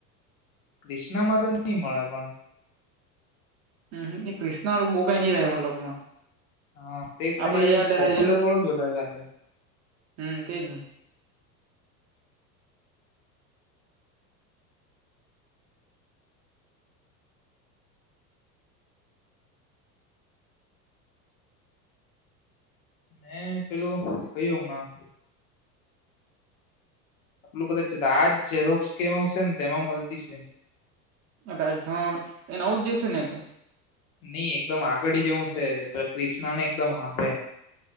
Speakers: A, on the left; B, on the right.
A: ક્રિષ્ણા માં તો નહી મળે પણ.
B: હ એ ક્રિષ્નાવાળો બો કઈ ની <unintelligible> મતલબમાં.
A: હા તે ખાલી
B: આપડે જેવા ત્યારે
A: પોપ્યુલર વાળો જોતા લાગે
B: હમ્મ તે જ ન.
A: મેં પેલું કયું હમણાં. પેલું કદાચ રાજ ઝરોક્સ કેવું છે ને તેમાં મલતી છે.
B: અ હ એ નવુ જ દેશે ને તો.
A: નઈ એકદમ આગડ જેવું છે ક્રિષ્નાને એકદમ હામેં